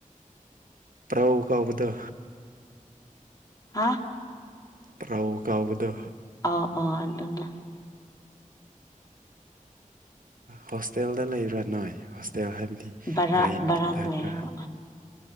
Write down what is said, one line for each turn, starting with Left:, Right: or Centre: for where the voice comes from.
Right: ꯄ꯭ꯔꯎ ꯀꯥꯎꯕꯗ
Left: ꯍꯥꯥ
Right: ꯄ꯭ꯔꯎ ꯀꯥꯎꯕꯗꯣ
Left: ꯑ ꯑ ꯑꯗꯨꯅ
Right: ꯍꯣꯁꯇꯦꯜꯗ ꯂꯩꯕ꯭ꯔꯥ ꯅꯣꯏ ꯍꯥꯏꯗꯤ
Left: ꯕꯔꯥ
Right: ꯔꯦꯟꯒꯤ
Left: ꯕꯔꯥꯗ
Right: ꯇꯥꯏꯇꯔ
Left: ꯂꯩꯌꯦꯕ